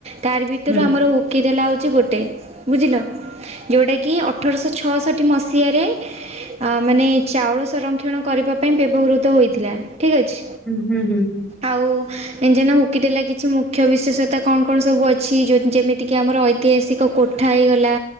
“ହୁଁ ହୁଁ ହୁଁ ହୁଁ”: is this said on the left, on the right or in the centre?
Centre